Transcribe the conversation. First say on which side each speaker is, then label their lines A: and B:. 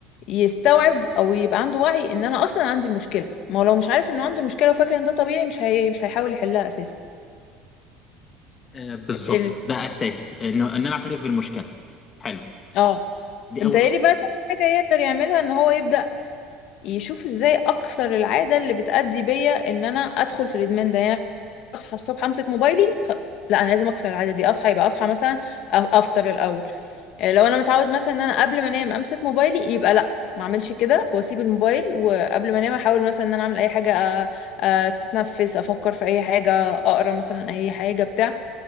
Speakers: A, on the left; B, on the left.
A: يستوعب او يبقى عنده وعي ان انا اصلا عندي المشكله ما هو لو مش عارف انه عنده مشكله وفاكر ان ده طبيعي مش هي... مش هيحاول يحلها اساسا
B: آه بالظبط
A: ال...
B: ده أساسي إنه إن أنا أعترف بالمشكلة حلو
A: اه
B: دي
A: متهيألي
B: أول خطوة
A: بقى تاني حاجة يقدر يعملها ان هو يبدأ يشوف ازاي اكسر العاده اللي بتأدي بيا ان انا ادخل في الادمان ده يعني اصحى الصبح امسك موبايلي خ... لا انا لازم اكسر العاده دي اصحى يبقى اصحى مثلا أ- افطر الاول آه، لو انا متعود مثلا ان انا قبل ما انام امسك موبايلي يبقى لا ما اعملش كده واسيب الموبايل وقبل ما انام احاول مثلا ان انا اعمل اي حاجه أ- أ- اتنفس افكر في اي حاجه اقرا مثلا اي حاجه بتاع